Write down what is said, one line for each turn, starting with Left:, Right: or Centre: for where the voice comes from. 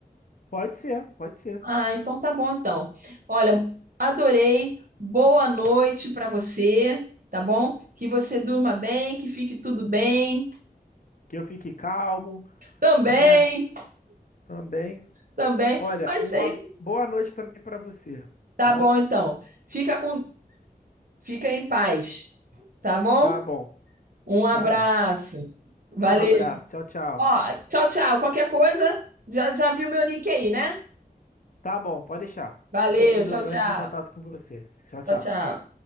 Left: Pode ser, pode ser.
Right: Ah, então tá bom então. Olha, adorei. Boa noite para você, tá bom? Que você durma bem, que fique tudo bem.
Left: Que eu fique calmo,
Right: Também,
Left: né? Também.
Right: também.
Left: Olha,
Right: Mas
Left: uma
Right: aí,
Left: boa noite também pra você,
Right: tá
Left: tá bom?
Right: bom então. Fica com, fica em paz, tá bom?
Left: Tá bom,
Right: Um abraço.
Left: tá bom.
Right: Valeu.
Left: Um abraço. Tchau, tchau.
Right: Ó, tchau, tchau. Qualquer coisa, já já viu meu nick aí, né?
Left: Tá bom, pode deixar.
Right: Valeu,
Left: Qualquer coisa
Right: tchau,
Left: eu
Right: tchau.
Left: eu entro em contato com você. Tchau, tchau.
Right: Tchau, tchau.